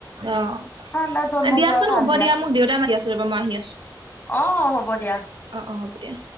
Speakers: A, on the right; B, on the left.
A: অ',
B: ঠাণ্ডাত জন্ম
A: এ, দিয়াচোন
B: পোৱাই ভাল
A: হ'ব দিয়া মোক দেউতাই মাতি আছে ৰ'বা মই আহি আছোঁ।
B: অ', অ', হ'ব দিয়া।
A: অ', অ', হ'ব দিয়া।